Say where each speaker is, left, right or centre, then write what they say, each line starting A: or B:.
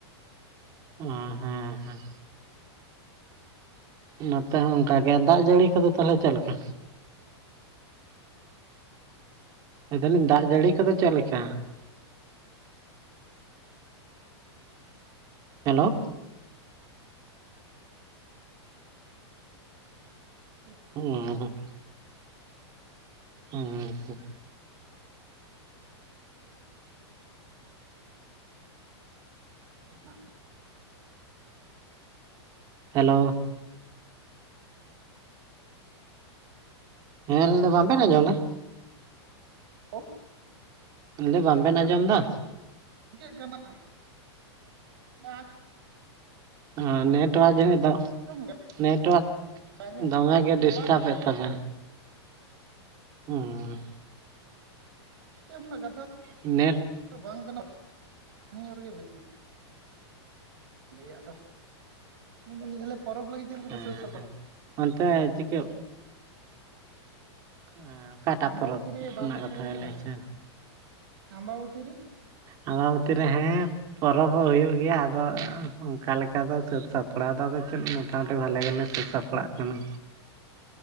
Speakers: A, on the right (about 25°); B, on the right (about 55°).
A: ᱚ ᱦᱮᱸ ᱦᱮᱸ ᱱᱚᱛᱮ ᱦᱚᱸ ᱚᱱᱠᱟ ᱜᱮ ᱫᱟᱜ ᱡᱟᱹᱲᱤ ᱠᱚᱫᱚ ᱛᱟᱞᱦᱮ ᱪᱮᱫ ᱞᱮᱠᱟ? ᱢᱮᱱ ᱫᱟᱞᱤᱧ ᱫᱟᱜ ᱡᱟᱹᱲᱤ ᱠᱚᱫᱚ ᱪᱮᱫ ᱞᱮᱠᱟ? ᱦᱮᱞᱳ
B: <inaudible>
A: ᱚᱻ ᱦᱩᱸᱻ
B: <inaudible>
A: ᱦᱮᱞᱳ᱾ ᱦᱮᱸ ᱞᱮᱱᱫᱟ ᱵᱟᱝ ᱵᱤᱱ
B: ᱦᱮᱞᱳ
A: ᱟᱸᱡᱚᱢ ᱫᱟ?
B: <unintelligible>
A: ᱢᱮᱱᱫᱟ ᱵᱟᱝ ᱵᱮᱱ ᱟᱸᱡᱚᱢ ᱫᱟ?
B: ᱪᱤᱠᱟᱹᱜ ᱠᱟᱱᱟ <unintelligible>
A: ᱦᱚ ᱱᱮᱴᱣᱟᱨᱠ ᱡᱟᱹᱱᱤᱡ ᱫᱚ
B: ᱜᱮ
A: ᱱᱮᱴᱚᱣᱟᱨᱠ
B: ᱟᱸᱡᱚᱢ
A: ᱫᱚᱢᱮᱜᱮ
B: ᱜᱮ ᱚᱠᱟ ᱥᱚᱢᱚᱭ
A: ᱰᱤᱥᱴᱟᱵ
B: ᱪᱚ ᱵᱟᱞᱤᱧ ᱟᱸᱡᱚᱢ
A: ᱛᱟᱵᱮᱱ᱾ ᱦᱩᱸ᱾
B: ᱰᱤᱥᱴᱟᱹᱯ ᱨᱮᱱᱟᱜ ᱠᱟᱛᱷᱟ
A: ᱱᱮᱴ
B: ᱵᱟᱝ ᱜᱟᱱᱚᱜ ᱥᱟᱹᱜᱤᱧ ᱧᱚᱜ ᱨᱮᱜᱮ ᱢᱮᱱᱟᱹᱧᱟ᱾ ᱜᱮᱭᱟᱫᱚ ᱢᱮᱱ ᱫᱟ ᱞᱤᱧ ᱯᱚᱨᱚᱵ ᱞᱟᱹᱜᱤᱫ ᱪᱮᱫ ᱞᱮᱠᱟᱯᱮ
A: ᱦᱮᱸ
B: ᱥᱟᱹᱛ ᱥᱟᱯ
A: ᱦᱮᱸ ᱚᱱᱛᱮ ᱪᱤᱠᱟᱹᱜ ᱮᱸ ᱚᱠᱟᱴᱟᱜ
B: ᱟᱢᱵᱟᱵᱚᱛᱤ
A: ᱯᱚᱨᱚᱵ
B: ᱨᱮ
A: ᱨᱮᱱᱟᱜ
B: ᱵᱟᱯᱮ
A: ᱠᱟᱛᱷᱟ
B: ᱯᱚᱨᱚᱵᱚᱜᱼᱟ
A: ᱵᱮᱱ ᱞᱟᱹᱭ ᱚᱪᱚᱭᱫᱟ?
B: ᱟᱢᱵᱟᱵᱚᱛᱤ ᱨᱮ
A: ᱟᱢᱵᱟ ᱵᱚᱛᱤ ᱨᱮ ᱦᱮᱸ ᱯᱚᱨᱚᱵ ᱚᱸ ᱦᱩᱭᱩᱜ ᱜᱮᱭᱟ ᱟᱫᱚ ᱚᱝᱠᱟ ᱞᱮᱠᱟ ᱫᱚ ᱥᱟᱹᱛ ᱥᱟᱯᱲᱟᱣ ᱫᱚ ᱟᱫᱚ ᱪᱮᱫ ᱢᱚᱴᱟ ᱵᱷᱟᱞᱮ ᱜᱮᱞᱮ ᱥᱟᱹᱛ ᱥᱟᱯ ᱯᱟᱲᱟᱜ ᱠᱟᱱᱟ᱾